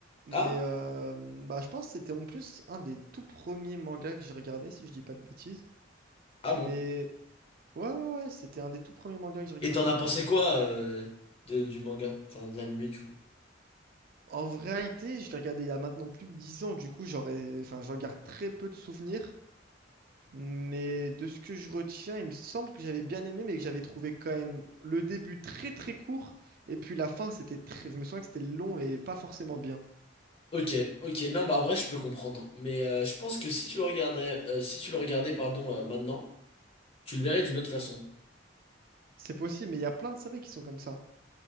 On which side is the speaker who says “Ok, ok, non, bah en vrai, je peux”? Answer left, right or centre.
Left